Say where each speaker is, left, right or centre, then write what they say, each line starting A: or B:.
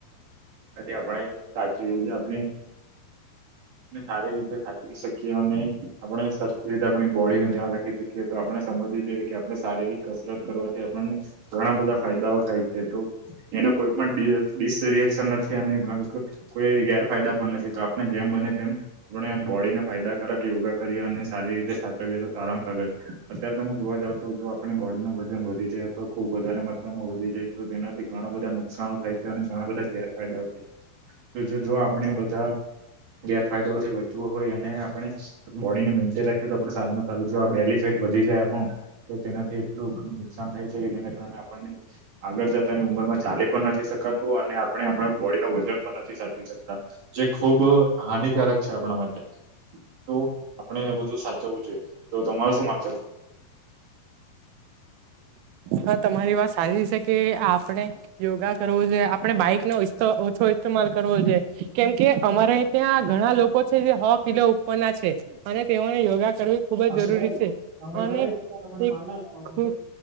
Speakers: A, on the right (about 60°); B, on the right (about 90°).
A: આપણે સાચુ એવુંય આપણે ને સારી રીતે સાચવી શકીએ, અને આપણે સરખી રીતે આપણી બોડીનું ધ્યાન રાખી શકીએ, તો આપણે સમ પછી જોઈએ કે આપડે શારીરિક કસરત કરવાથી આપણને ઘણા બધા ફાયદાઓ થાય એતો એનો કોઈ પણ ડી-ડીસરિએક્શન નથી અને <unintelligible> કોઈ ગેરફાયદા પણ નથી. તો આપણે જેમ બને તેમ વણ બોડીને ફાયદાકારક યોગા કરીએ અને સારી રીતે સાચવીએ તો સારામાં સારુ રે, અત્યારે તમે જોવા જાવ તો તો આપણે બોડીનું વજન વધી જાય અથવા ખુબ વધારે માત્રામાં વધી જાય તો તેનાથી ઘણા બધા નુકસાનો થાય છે, અને ઘણા બધા ગેરફાયદાઓ થાય. તો જો જો આપણે બધા ગેરફાયદાઓથી બચવું હોય અને આપણે બોડીને મેન્ટેન રાખીએ તો આપડે સારુંમાં સારું જો બેલીફિટ વધી જાય આપણું, તો તેનાથી એટલુ નુકસાન થાય છે કે જેને કારણે આપણને આગળ જત પોતાની ઉંમરમાં ચાલી પણ નથી શકાતું, અને આપણે આપણા બોડીનું વજન પણ નથી સાચવી શકતા. જે ખૂબ હાનિકારક છે, આપણા માટે તો આપણે એ બધું સાચવવું જોઈએ તો તમારું શું માનસ. <inaudible>
B: હા તમારી વાત સાચી છે કે આપણે યોગા કરવું જોએ આપણે બાઈક નો <unintelligible> ઓછો કરવો જોઈએ કેમકે અમારે ત્યાં ઘણા લોકો છે જે હો પીલા ઉપરના છે અને. તેઓને યોગા કરવી
A: <unintelligible>
B: ખૂબ જ જરૂરી છે અને તે ખૂબ